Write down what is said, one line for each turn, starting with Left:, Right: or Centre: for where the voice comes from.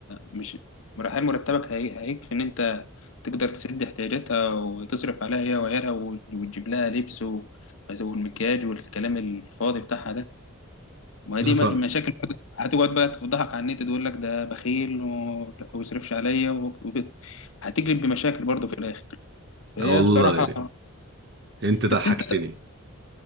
Left: مش هل مرتبك هي- هيكفي ان انت تقدر تسد احتياجاتها وتصرف عليها هي وعيالها و- وتجيب لها لبس و- والمكياج والكلام الفاضي بتاعها ده ما هي دي
Right: لا طبعا
Left: م- مشاكل برضه. هتقعد بقى تفضحك على النت تقول لك ده بخيل وما بيصرفش عليا وب- هتجلب بمشاكل برضه في الاخر هي
Right: آه والله
Left: بصراحة
Right: انت ضحكتني
Left: بس انت